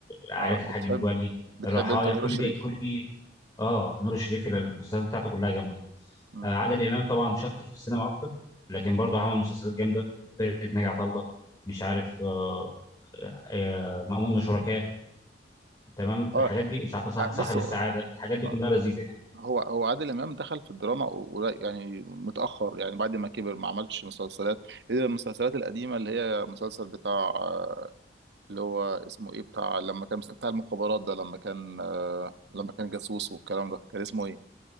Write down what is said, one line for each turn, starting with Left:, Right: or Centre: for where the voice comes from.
Left: عائله
Right: اه
Left: الحاج
Right: بتحب
Left: متولي
Right: بتحب
Left: الرحايا
Right: انت نور
Left: كل
Right: الشريف
Left: دي كل دي اه نور الشريف المسلسلات بتاعته كلها جامده
Right: مم.
Left: آه عادل امام طبعا شاطر في السينما اكتر لكن برضه عمل مسلسلات جامده فرقه ناجي عطا الله مش عارف آه آه آه، مأمون وشركاه تمام
Right: اه
Left: الحاجات دي صاحب صاحب
Right: بص
Left: السعاده
Right: آه،
Left: الحاجات دي
Right: آه.
Left: كلها لذيذه يعني
Right: هو هو عادل امام دخل في الدراما و- و- يعني متاخر يعني بعد ما كبر ما عملش مسلسلات الا المسلسلات القديمه اللي هي مسلسل بتاع آه، اللي هو اسمه ايه بتاع لما كان بتاع المخابرات ده لما كان آه، لما كان جاسوس والكلام ده كان اسمه ايه